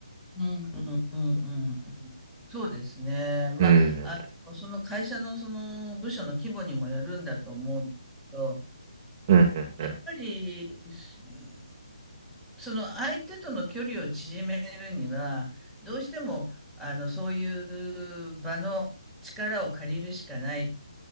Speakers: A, in the centre; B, on the right.
A: うん、うん、うん、うん。そうですね。まあ、
B: うん。
A: あの、その会社のその部署の規模にもよるんだと思うんですけど、
B: うんうんうん
A: やっぱり、うんその相手との距離を縮めるには、どうしても、あの、そういう場の力を借りるしかないっ